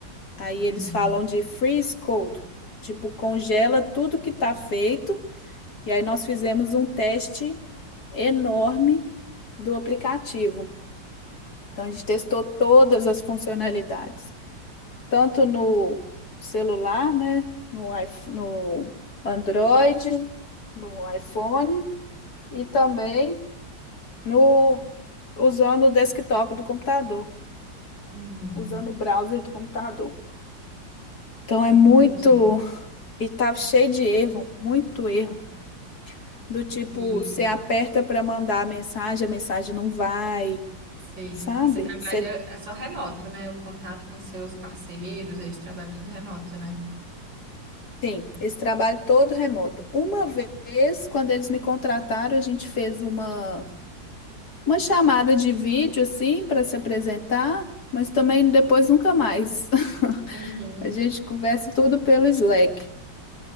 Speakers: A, on the left (about 55°); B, on the right (about 80°).
A: Aí
B: uhum,
A: eles falam de freeze code, tipo, congela tudo que tá feito. E aí nós fizemos um teste enorme do aplicativo. Então, a gente testou todas as funcionalidades, tanto no celular, né, no iPh- no Android, no iPhone e também no usando o desktop do computador,
B: uhum.
A: usando o browser do computador. Então é
B: Entendi.
A: muito e tá cheio de erro, muito erro, do tipo
B: E
A: você aperta para mandar a mensagem, a mensagem não vai,
B: sei.
A: sabe?
B: E você trabalha
A: Você
B: é só remoto, né? O contato com seus parceiros aí de trabalho tudo remoto, né?
A: Sim, esse trabalho todo remoto. Uma vez, quando eles me contrataram, a gente fez uma, uma chamada de vídeo, assim, para se apresentar, mas também depois nunca mais. <laughs>
B: Uhum,
A: A gente conversa tudo pelo Slack.